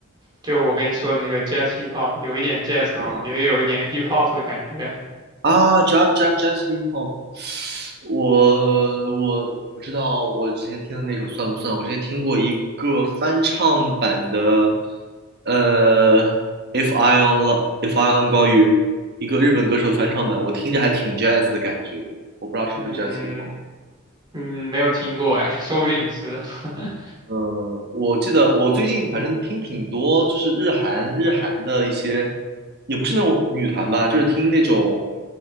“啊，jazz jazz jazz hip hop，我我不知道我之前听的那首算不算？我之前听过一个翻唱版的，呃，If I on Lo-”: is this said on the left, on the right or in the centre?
Right